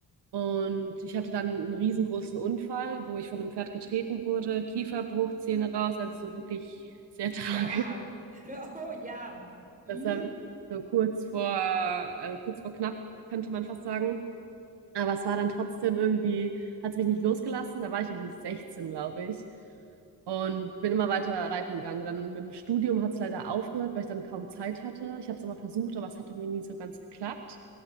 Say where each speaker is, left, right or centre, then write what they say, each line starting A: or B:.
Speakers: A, on the right; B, on the right.
A: Und ich hatte dann einen riesengroßen Unfall, wo ich von einem Pferd getreten wurde, Kieferbruch, Zähne raus, also so wirklich sehr <laughs> tragisch.
B: Wow. <laughs> Oh ja. Mhm.
A: Das war wirklich so kurz vor, also kurz vor knapp, könnte man fast sagen. Aber es war dann trotzdem irgendwie, hat es mich nicht losgelassen. Da war ich irgendwie 16, glaube ich. Und bin immer weiter reiten gegangen. Dann mit dem Studium hat es leider aufgehört, weil ich dann kaum Zeit hatte. Ich habe es immer versucht, aber es hat irgendwie nie so ganz geklappt.